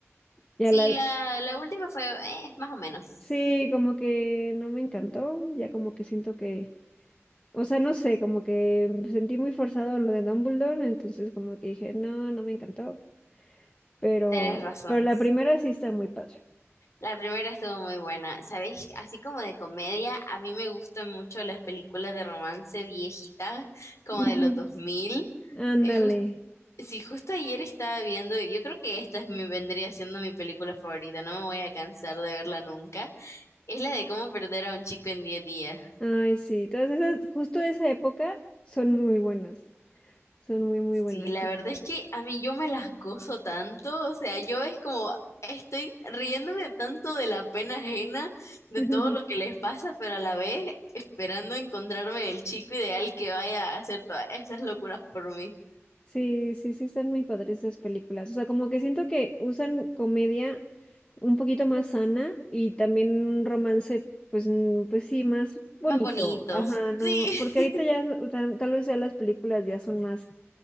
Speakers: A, on the left; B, on the left.
A: Ya
B: Sí,
A: la,
B: la, la última fue eh, más o menos.
A: sí, como que no me encantó, ya como que siento que, o sea, no sé, como que sentí muy forzado lo de Dumbledore, entonces como que dije, no, no me encantó, pero,
B: Tenés razón.
A: pero la primera sí está muy padre.
B: La primera estuvo muy buena. ¿Sabéis? Así como de comedia, a mí me gustan mucho las películas de romance viejitas, como
A: Ujú.
B: de los 2000.
A: Ándale.
B: Y jus- sí, justo ayer estaba viendo, yo creo que esta es mi, vendría siendo mi película favorita, no me voy a cansar de verla nunca. Es la de cómo perder a un chico en 10 días.
A: Ay, sí, todas esas, justo de esa época son muy buenas, son muy, muy
B: Sí,
A: buenas.
B: la verdad es que a mí yo me las gozo tanto, o sea, yo es como estoy riéndome tanto de la pena ajena, de
A: <laughs>
B: todo lo que les pasa, pero a la vez esperando encontrarme el chico ideal que vaya a hacer todas esas locuras por mí.
A: Sí, sí, sí, están muy padres esas películas. O sea, como que siento que usan comedia un poquito más sana y también un romance, pues, mm, pues sí, más bonito.
B: Más bonitos,
A: Ajá, no,
B: sí,
A: porque ahorita ya, o sea, tal vez ya las películas ya son más,